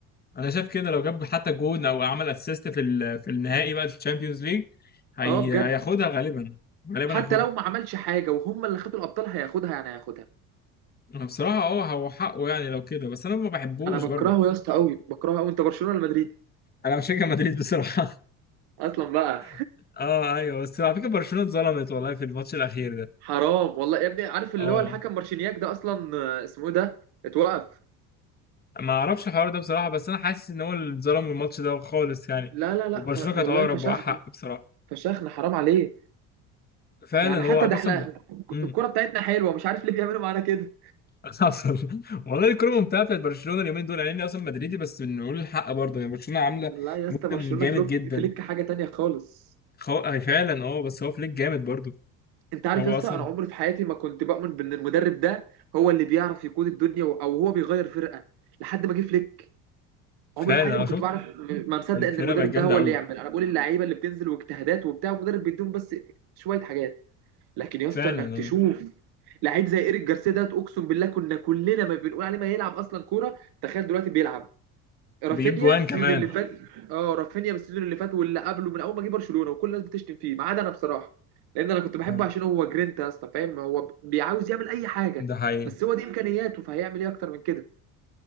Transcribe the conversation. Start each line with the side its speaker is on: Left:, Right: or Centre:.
Left: انا شايف كده لو جاب حتى جون او عمل اسيست في ال- في النهائي بقى في الشامبيونز ليج هي
Right: اه بجد
Left: هياخدها غالبا غالبا
Right: حتى
Left: هياخدها
Right: لو ما عملش حاجه وهم اللي خدوا الابطال هياخدها يعني هياخدها
Left: انا بصراحة اه هو حقه يعني لو كده بس انا ما بحبوش
Right: انا بكرهه
Left: برضو
Right: يا اسطى قوي بكرهه قوي انت برشلونه ولا مدريد
Left: انا بشجع مدريد بصراحة
Right: اصلا بقى
Left: <laughs> اه ايوه بس على فكرة برشلونة اتظلمت والله في الماتش الاخير ده
Right: حرام والله يا ابني عارف اللي
Left: اه
Right: هو الحكم مارشينياك ده اصلا آه، اسمه إيه ده اتوقف
Left: ما اعرفش الحوار ده بصراحة بس انا حاسس ان هو اللي اتظلم من الماتش ده خالص يعني
Right: لا لا لا
Left: وبرشلونة
Right: ف... والله
Left: كانت اقرب
Right: فشخنا
Left: واحق بصراحة
Right: فشخنا حرام عليه
Left: فعلا
Right: يعني حتى
Left: هو
Right: ده
Left: اصلا
Right: احنا
Left: امم
Right: الكرة بتاعتنا حلوة مش عارف ليه بيعملوا معانا كده
Left: <laughs> حصل والله الكوره ممتعه بتاعت برشلونه اليومين دول يعني اني اصلا مدريدي بس نقول الحق برضه يعني برشلونه عامله
Right: لا يا اسطى
Left: موسم
Right: برشلونة
Left: جامد
Right: فلوك
Left: جدا
Right: فليك حاجة تانية خالص
Left: خو... هي فعلا اه بس هو فليك جامد برضه
Right: انت عارف
Left: هو
Right: يا اسطى
Left: اصلا
Right: انا عمري في حياتي ما كنت بؤمن بان المدرب ده هو اللي بيعرف يقود الدنيا و- او هو بيغير فرقة لحد ما جه فليك
Left: فعلا
Right: عمري في حياتي ما
Left: اه
Right: كنت
Left: شفت
Right: بعرف م- ما مصدق
Left: الفرقه
Right: ان المدرب
Left: بقت جامده
Right: ده هو
Left: قوي
Right: اللي يعمل انا بقول اللعيبة اللي بتنزل واجتهادات وبتاع المدرب بيديهم بس شوية حاجات لكن يا
Left: فعلا
Right: اسطى انك تشوف
Left: اه
Right: لعيب زي ايريك جارسيا ده اقسم بالله كنا كلنا ما بنقول عليه ما يلعب اصلا كوره تخيل دلوقتي بيلعب رافينيا
Left: بيجيب جوان
Right: السيزون
Left: كمان
Right: اللي فات اه رافينيا بالسيزون اللي فات واللي قبله من اول ما جه برشلونه وكل الناس بتشتم فيه ما عدا انا بصراحه لان انا كنت بحبه
Left: اه
Right: عشان هو جرينتا يا اسطى فاهم هو بيعاوز يعمل اي حاجه
Left: ده حقيقي
Right: بس هو دي امكانياته فهيعمل ايه اكتر من كده